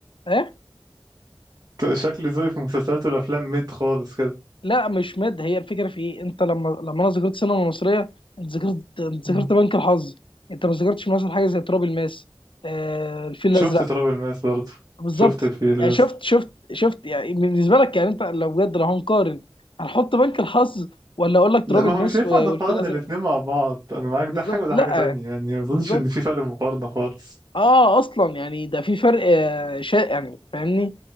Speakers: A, on the left; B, on the right.
A: ايه
B: شكل ذوقي في المسلسلات والافلام ميد خالص كده
A: لا مش مد هي الفكره في ايه انت لما لما انا ذاكرت سينما مصريه انت ذاكرت انت
B: مم.
A: ذاكرت بنك الحظ انت ما ذاكرتش مثلا حاجه زي تراب الماس آه الفيل الازرق
B: شفت تراب الماس برضه
A: بالظبط
B: شفت الفيل الازرق
A: يعني شفت شفت شفت يعني بالنسبه لك يعني انت لو بجد لو هنقارن هنحط بنك الحظ ولا اقول لك
B: لا
A: تراب
B: ما
A: الماس
B: هو مش هينفع
A: والفيل
B: نقارن
A: الازرق
B: الاتنين مع بعض انا معاك ده
A: بالظبط
B: حاجة وده
A: لا
B: حاجة تانية يعني ما اظنش
A: بالظبط
B: ان في فرق مقارنة خالص
A: اه اصلا يعني ده في فرق آه، شائع يعني فاهمني